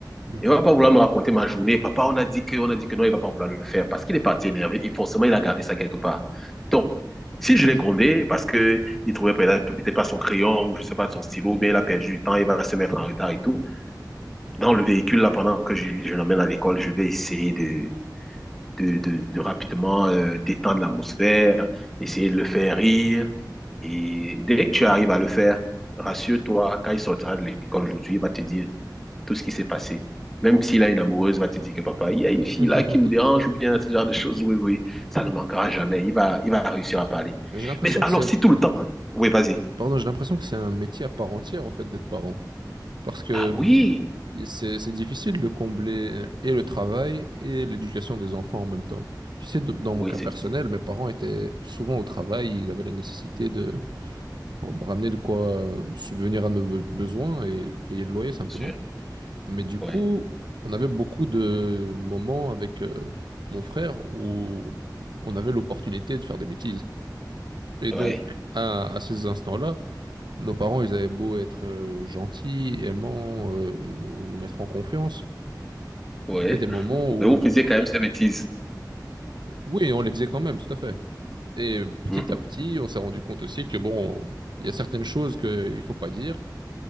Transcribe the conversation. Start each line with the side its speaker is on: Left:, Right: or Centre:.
Right: Mhm.
Centre: Il ne va pas vouloir me raconter ma journée. Papa, on a dit que, on a dit que non, il ne va pas vouloir le faire parce qu'il est parti énervé et forcément il a gardé ça quelque part. Donc, si je l'ai grondé parce que il trouvait peut-être pas son crayon ou je ne sais pas son stylo, bien il a perdu du temps, il va se mettre en retard et tout. Dans le véhicule là, pendant que je, je l'emmène à l'école, je vais essayer de de, de, de rapidement euh, détendre l'atmosphère, essayer de le faire rire. Et dès que tu arrives à le faire, rassure-toi, quand il sortira de l'école aujourd'hui, il va te dire tout ce qui s'est passé. Même s'il a une amoureuse, il va te dire que papa, il y a une fille
Right: <laughs>
Centre: là qui me dérange ou bien ce genre de choses. Oui, oui, ça ne manquera jamais. Il va, il va réussir à parler.
Right: J'ai l'impression
Centre: Mais alors,
Right: que c'est
Centre: si tout le temps, oui, vas-y.
Right: Pardon, j'ai l'impression que c'est un métier à part entière, en fait, d'être parent. Parce que
Centre: Ah oui,
Right: c'est c'est difficile de combler et le travail et l'éducation des enfants en même temps. Tu sais, de- dans
Centre: oui,
Right: mon cas
Centre: c'est
Right: personnel,
Centre: difficile,
Right: mes parents étaient souvent au travail, ils avaient la nécessité de pour me ramener de quoi euh, subvenir à nos be- besoins et payer le loyer simplement.
Centre: bien sûr.
Right: Mais du coup,
Centre: Oui,
Right: on avait beaucoup de moments avec euh, mon frère où on avait l'opportunité de faire des bêtises. Et donc,
Centre: oui,
Right: à à ces instants-là, nos parents, ils avaient beau être euh, gentils, aimants, euh, nous, nous mettre en confiance.
Centre: oui.
Right: Il y avait des moments
Centre: <laughs>
Right: où,
Centre: Mais vous faisiez
Right: euh,
Centre: quand même ces bêtises.
Right: oui, on les faisait quand même, tout à fait. Et petit
Centre: <laughs>
Right: à petit, on s'est rendu compte aussi que, bon, il y a certaines choses qu'il ne faut pas dire,